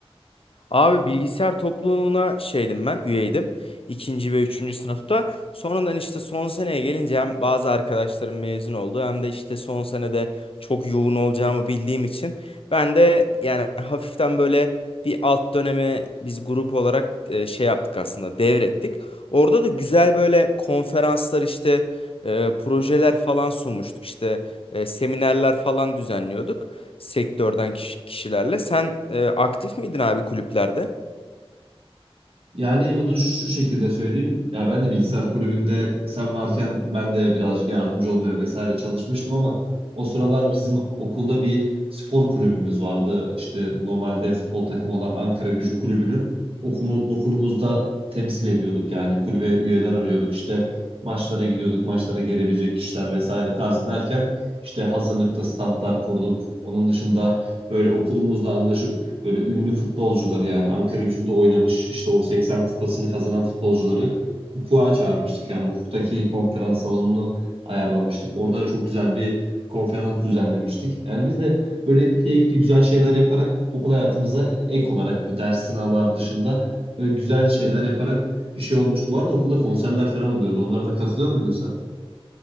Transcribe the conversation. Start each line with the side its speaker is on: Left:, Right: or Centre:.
Left: Abi bilgisayar topluluğuna şeydim ben, üyeydim. İkinci ve üçüncü sınıfta. Sonradan işte son seneye gelince hem bazı arkadaşlarım mezun oldu hem de işte son senede çok yoğun olacağımı bildiğim için ben de yani hafiften böyle bir alt dönemi biz grup olarak e, şey yaptık aslında devrettik. Orada da güzel böyle konferanslar işte e, projeler falan sunmuştuk işte e, seminerler falan düzenliyorduk sektörden kiş- kişilerle. Sen e, aktif miydin abi kulüplerde?
Right: Yani bunu şu şekilde söyleyeyim. Ya ben de bilgisayar kulübünde sen varken ben de birazcık yardımcı olmaya vesaire çalışmıştım ama o sıralar bizim okulda bir spor kulübümüz vardı. İşte normalde futbol takımı olan Ankara Gücü Kulübü'nü okumu- okulumuzda temsil ediyorduk. Yani kulübe üyeler arıyorduk. İşte maçlara gidiyorduk, maçlara gelebilecek kişiler vesaire tarzı derken işte hazırlıkta standlar kurduk. Onun dışında böyle okulumuzla anlaşıp Böyle ünlü futbolcuları yani Ankara Gücü'nde oynamış işte o 80 kupasını kazanan futbolcuları hukuka çağırmıştık. Yani hukuktaki konferans salonunu ayarlamıştık. Orada çok güzel bir konferans düzenlemiştik. Yani biz de böyle keyifli güzel şeyler yaparak okul hayatımıza ek olarak bu ders sınavlar dışında böyle güzel şeyler yaparak bir şey olmuştu. Bu arada okulda konserler falan oluyordu. Onlara da katılıyor muydun sen?